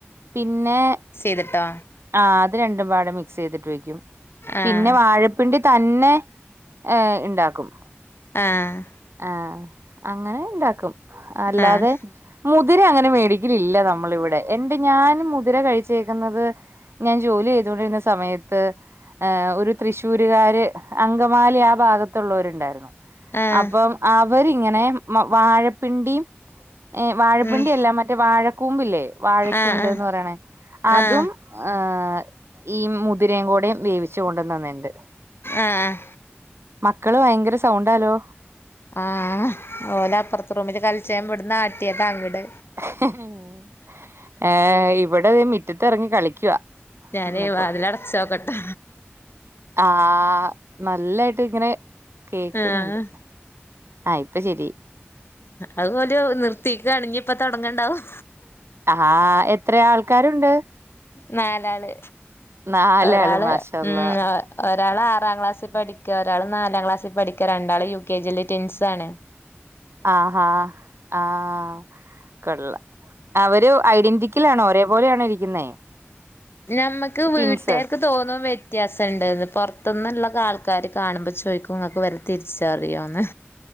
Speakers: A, on the right; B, on the left.
A: പിന്നെ
B: ല്ട്ടോ
A: ആഹ് അത് രണ്ടും പാട മിക്സ്യ്തിട്ട് വെക്കും.
B: ആഹ്
A: പിന്നെ വാഴ പ്പിണ്ടി തന്നെ എഹ് ഇണ്ടാക്കും.
B: ആഹ്
A: ആഹ് അങ്ങനെ ഇണ്ടാക്കും അല്ലാതെ
B: ആഹ്
A: മുതിര അങ്ങനെ മേടിക്കലില്ല നമ്മള് ഇവിടെ. എൻറെ ഞാൻ മുതിര കഴിച്ചേക്കുന്നത് ഞാൻ ജോലി ചെയ്തോണ്ടിരുന്ന സമയത്ത് ഹേ ഒരു തൃശ്ശൂരുകാര് അങ്കമാലി ആ ഭാഗത്തുള്ളവരുണ്ടായിരുന്നു.
B: ആഹ്
A: അപ്പം അവരിങ്ങനെ മൊ വാഴപ്പിണ്ടിം ഏഹ് വാഴപ്പിണ്ടി
B: ഉം
A: അല്ല മറ്റേ വാഴക്കൂമ്പില്ലേ വാഴച്ചുണ്ട്ന്ന്
B: ആഹ് ആഹ്
A: പറയണേ അതുംഏഹ്
B: ആഹ്
A: ഈ മുതിരയും കൂടെ വേവിച്ചു കൊണ്ട് തന്നിണ്ട്.
B: ഏഹ്
A: മക്കള് വയങ്കര സൗണ്ടല്ലോ
B: ആഹ് ഓല അപ്പുറത്ത് റൂമില് കളിച്ചേൻ വിട്ന്നാട്ടിയതാ അങ്ങട്.
A: <inaudible> ഏഹ് ഇവിടെ അഹ് മിറ്റത്ത്റങ്ങി കളിക്കുവ
B: ഞാന്
A: ന്നപ്പൊ
B: വാതിലടച്ചോക്കട്ടെ
A: ആഹ് നല്ലായിട്ട് ങ്ങനെ കേക്കുന്നുണ്ട്.
B: ആഹ്
A: ആഹ് ഇപ്പൊ ശെരി
B: അഹ് ഓലു നിർത്തിക്കാണെങ്കി ഇപ്പ തുടങ്ണ്ടാവും.
A: അ ഹാ എത്ര ആൾക്കാരുണ്ട്?
B: നാലാള്
A: നാലാള്
B: ഒരാള്
A: മാഷാ അള്ളാ
B: ഉം ഒരാള് ആറാം ക്ലാസ്സിൽ പഠി ക്ക് ഒരാള് നാലാം ക്ലാസ്സി പഠിക്ക രണ്ടാള് യു കെ ജില് ടിൻസ് ആണ്.
A: ആ ഹാ ആഹ് കൊള്ള അവര് ഐഡന്റി ക്കിലാണോ ഒരേപലേണോ ഇരിക്കുന്നേ?
B: നമ്മക്ക് വീട്ടാർക്ക്
A: ട്വിൻസ്
B: തോന്നും വ്യത്യാസംണ്ട്ന്ന് പൊർത് ന്ന്ള്ളകെ ആൾക്കാാര് കാണുമ്പോ ചോയ്ക്കുംങ്ങക്ക് വരെ തിരിച്ചറിയോന്ന്?